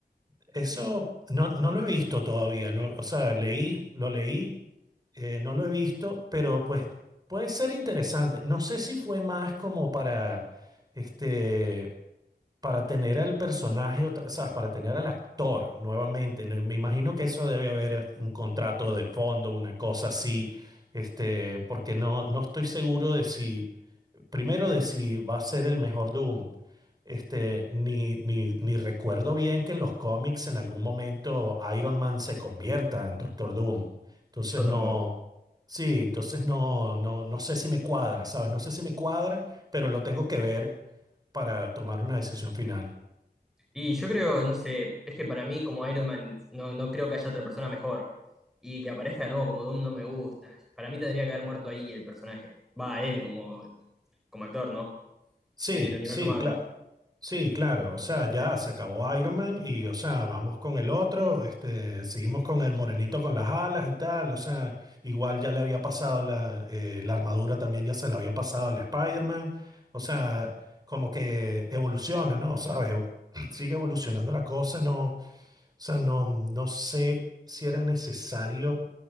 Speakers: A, on the right (about 25°); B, in the centre.
A: eso no, no lo he visto todavía, no, o sea, leí, lo leí, eh, no lo he visto, pero pues puede ser interesante. No sé si fue más como para, este, para tener al personaje, otra- o sea, para tener al actor nuevamente. ¿no? Me imagino que eso debe haber eh, un contrato de fondo, una cosa así, este, porque no, no estoy seguro de si, primero de si va a ser el mejor Doom. Este, ni, ni, ni recuerdo bien que en los cómics en algún momento Iron Man se convierta en Doctor Doom. Entonces
B: Yo
A: no,
B: tampoco.
A: sí, entonces no, no, no sé si me cuadra, ¿sabes? No sé si me cuadra, pero lo tengo que ver para tomar una decisión final.
B: Y yo creo, no sé, es que para mí como Iron Man no, no creo que haya otra persona mejor. Y que aparezca de nuevo como Doom no me gusta. Para mí tendría que haber muerto ahí el personaje. Va, él como, como actor, ¿no?
A: Sí,
B: En el universo
A: sí,
B: Marvel.
A: claro. Sí, claro. O sea, ya se acabó Iron Man y, o sea, vamos con el otro. Este, seguimos con el morenito con las alas y tal. O sea, igual ya le había pasado la, eh, la armadura también ya se la había pasado al Spider-Man. O sea, como que evoluciona, ¿no? ¿Sabes? Evo- <clears throat> Sigue evolucionando la cosa. No, o sea, no, no sé si era necesario